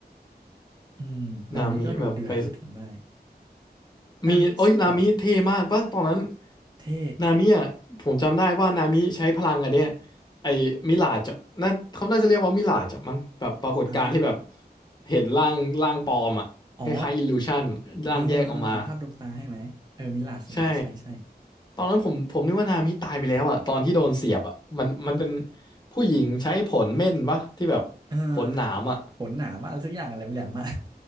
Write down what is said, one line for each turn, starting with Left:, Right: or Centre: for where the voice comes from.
Right: อืมนามิก็ดุเดือดอยู่ทำได้
Left: นามิแบบไป
Right: นามิสู้กับ
Left: มีโอ้ยนามิเท่มากปะตอนนั้น
Right: เท่
Left: นามิอ่ะผมจำได้ว่านามิใช้พลังอะเนี่ยไอ้มิลาจน่าเขาน่าจะเรียกว่ามิลาจมั้งแบบปรากฏการณ์ที่แบบ
Right: อ่า
Left: เห็นร่างร่างปลอมอ่ะคล้ายๆอิลลูชันร่างแยกออกมา
Right: อ๋อเออเออภาพดวงตาใช่ไหมเออมิลาชมิลาชใช่ใช่
Left: ใช่ตอนนั้นผมผมนึกว่านามิตายไปแล้วอ่ะตอนที่โดนเสียบอ่ะมันมันเป็นผู้หญิงใช้ผลเม่นปะที่แบบ
Right: เออ
Left: ผลหนามอ่ะ
Right: ขนหนามากอะไรสักอย่างอะแหลมแหลมมาก